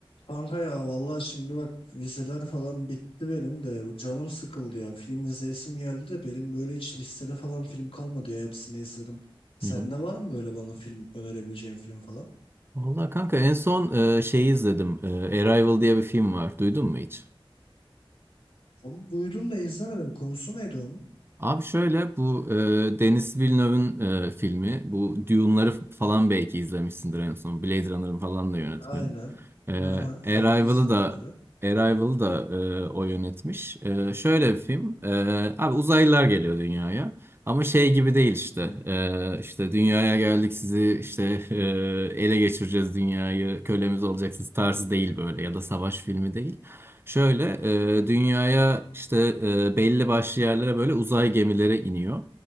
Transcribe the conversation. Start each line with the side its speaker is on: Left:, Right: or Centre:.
Left: Kanka ya vallahi şimdi bak vizeler falan bitti benim de bu canım sıkıldı ya film izleyesim geldi de benim böyle hiç listede falan film kalmadı ya hepsini izledim. Sende
Right: Hı hı.
Left: var mı böyle bana film önerebileceğin film falan?
Right: Vallahi kanka en son e, şeyi izledim. E, Arrival diye bir film var. Duydun mu hiç?
Left: Onu duydum da izlemedim konusu neydi onun?
Right: Abi şöyle bu e, Denis Villeneuve'ın e, filmi. Bu Dune'ları falan belki izlemişsindir en son. Blade Runner'ın falan da yönetmeni.
Left: Aynen.
Right: E,
Left: Aha,
Right: Arrival'ı
Left: evet izledim
Right: da
Left: onları.
Right: Arrival'ı da e, o yönetmiş. E, şöyle bir film. E, abi uzaylılar geliyor dünyaya. Ama şey gibi değil işte.
Left: Hı.
Right: E, işte dünyaya geldik sizi işte e, ele geçireceğiz dünyayı. Kölemiz olacaksınız tarzı değil böyle ya da savaş filmi değil. Şöyle e, dünyaya işte e, belli başlı yerlere böyle uzay gemileri iniyor.